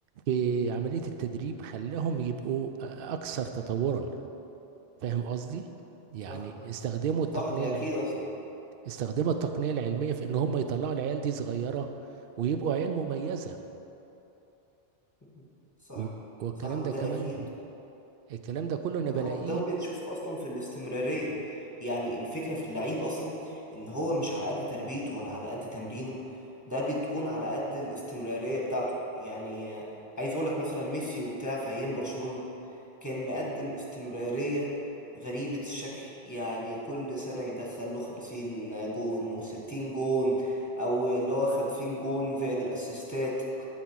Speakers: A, on the right; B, on the left.
A: في عمليه التدريب خلاهم يبقوا آه، اكثر تطورا فاهم قصدي يعني
B: صح
A: استخدموا التقنيه
B: صح ده
A: الع...
B: اكيد اصلا
A: استخدموا التقنيه العلميه في ان هم يطلعوا العيال دي صغيره ويبقوا عيال مميزه
B: مم، صح
A: و- والكلام
B: صح وده
A: ده كمان
B: اكيد
A: الكلام ده كله
B: واو
A: انا بلاقيه
B: ده بنشوف اصلا في الاستمراريه يعني الفكره في اللعيب اصلا ان هو مش على قد تربيته ولا على قد تمرينه ده بتكون على قد الاستمراريه بتاعته يعني آه، عايز اقول لك مثلا ميسي وبتاع في ايام برشلونه كان مقدم استمراريه غريبه الشكل يعني كل سنه يدخل له 50 جون و60 جون او اللي هو 50 جون زائد الاسيستات